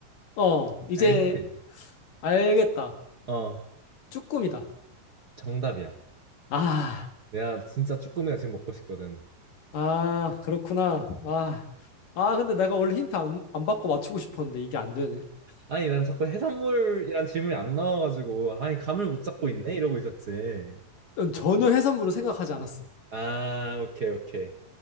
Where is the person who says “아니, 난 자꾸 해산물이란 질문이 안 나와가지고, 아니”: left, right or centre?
Right